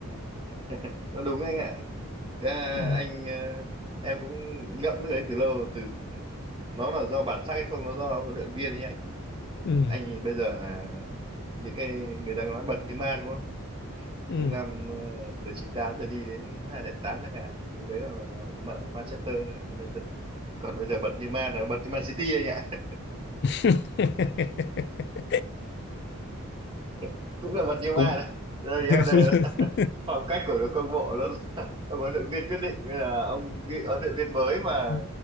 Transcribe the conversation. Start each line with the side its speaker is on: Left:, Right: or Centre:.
Right: <laughs> nó đúng anh ạ Thế là
Left: Ừ.
Right: anh ờ, em cũng ngẫm cái đấy từ lâu từ nó là do bản sắc hay không nó do huấn luyện viên ấy anh
Left: Ừ.
Right: anh nhìn bây giờ là những cái người ta nói bật như man đúng không những
Left: Ừ.
Right: năm ờ, từ chín tám giờ đi đến hai không không tám chẳng hạn thì lúc đấy là, là, là mở Manchester United. còn bây giờ bật như man là bật như Man City anh ạ
Left: <laughs>
Right: <laughs> cũng là bật như man
Left: cũng
Right: đây thì
Left: <laughs>
Right: em
Left: suy
Right: đây
Left: nghĩ
Right: là <laughs> phong cách của các câu lạc bộ nó <laughs> ông huấn luyện viên quyết định nên là ông vị- huấn luyện viên mới mà
Left: ừ.